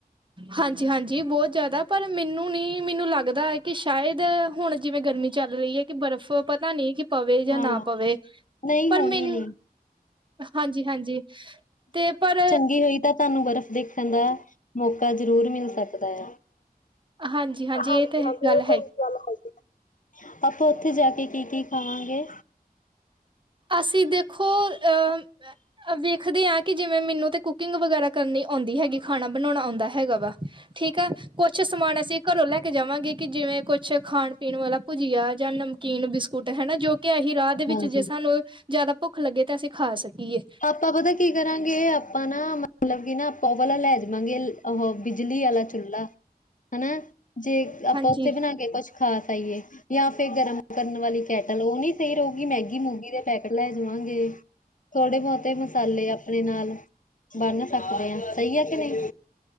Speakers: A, on the right; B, on the left.
A: ਹਾਂ ਹਾਂਜੀ ਹਾਂਜੀ ਬਹੁਤ ਜ਼ਿਆਦਾ ਪਰ ਮੈਨੂੰ ਨੀ ਮੈਨੂੰ ਲੱਗਦਾ ਹੈ ਕਿ ਸ਼ਾਇਦ ਹੁਣ ਜਿਵੇਂ ਗਰਮੀ ਚੱਲ ਰਹੀ ਹੈ ਕਿ ਬਰਫ਼ ਪਤਾ ਨਹੀਂ ਕਿ ਪਵੇ ਜਾਂ
B: ਹਾਂ,
A: ਨਾ ਪਵੇ
B: ਨਹੀਂ
A: ਪਰ
B: ਹੋਣੀ
A: ਮੈਨੂੰ
B: ਨੀ।
A: ਹਾਂਜੀ ਹਾਂਜੀ ਤੇ ਪਰ
B: ਲਗੀ ਹੋਈ ਤਾਂ ਤੁਹਾਨੂੰ ਬਰਫ਼ ਦੇਖਣ ਦਾ ਮੌਕਾ ਜ਼ਰੂਰ ਮਿਲ ਸਕਦਾ ਆ
A: ਹਾਂਜੀ-ਹਾਂਜੀ
B: ਹਾਂਜੀ
A: ਇਹ ਤੇ
B: ਹਾਂਜੀ
A: ਗੱਲ
B: ਇਹ ਤਾਂ ਗੱਲ ਹੈਗੀ ਆਪਾਂ ਉੱਥੇ ਜਾ ਕੇ ਕੀ ਕੀ ਖਾਵਾਂਗੇ
A: ਅਸੀਂ ਦੇਖੋ ਅਹ ਵੇਖਦੇ ਹਾਂ। ਕਿ ਜਿਵੇਂ ਮੈਨੂੰ ਤੇ ਕੁਕਿੰਗ ਵਗੈਰਾ ਕਰਨੀ ਆਉਂਦੀ ਹੈਗੀ ਖਾਣਾ ਬਣਾਉਣਾ ਆਉਂਦਾ ਹੈ ਹੈਗਾ ਵਾ ਠੀਕ ਆ ਕੁਛ ਸਮਾਨ ਅਸੀਂ ਘਰੋਂ ਲੈ ਕੇ ਜਾਵਾਂਗੇ ਕਿ ਜਿਵੇਂ ਛੇ ਖਾਣ ਪੀਣ ਵਾਲਾ ਭੁਜੀਆ ਜਾਂ ਨਮਕੀਨ ਬਿਸਕੁਟ ਹਨਾ ਜੋ ਕਿ ਇਹੀ
B: ਹਾਂਜੀ।
A: ਦੇ ਵਿੱਚ ਜੇ ਸਾਨੂੰ ਜਿਆਦਾ ਭੁੱਖ ਲੱਗੇ ਤਾਂ ਅਸੀਂ ਖਾ ਸਕੀਏ
B: ਆਪਾਂ ਪਤਾ ਕੀ ਕਰਾਂਗੇ, ਢਆਪਾਂ ਨਾ ਮਤਲਬ ਕਿ ਨਾ ਆਪਾਂ ਉਹ ਵਾਲਾ ਲੈ ਜਾਵਾਂਗੇ ਉਹ ਬਿਜਲੀ ਵਾਲਾ ਚੁੱਲ੍ਹਾ, ਹੈਨਾ ਜੇ ਆਪਾਂ
A: ਹਾਂਜੀ
B: ਉੱਤੇ ਬਣਾ ਕੇ ਕੁਛ। ਖਾਸ ਆਈਏ ਜਾਂ ਫਿਰ ਗਰਮ ਕਰਨ ਵਾਲੀ ਕੈਟਲ ਉਹ ਨਹੀਂ ਸਹੀ ਰਹੇਗੀ ਮੈਗੀ ਮੂਗੀ ਦੇ ਪੈਕੇਟ ਲੈ ਜਾਵਾਂਗੇ ਥੋੜੇ ਬਹੁਤੇ ਮਸਾਲੇ ਆਪਣੇ ਨਾਲ ਬੰਨ ਸਕਦੇ ਆ, ਸਹੀ ਆ ਕਿ ਨਹੀਂ।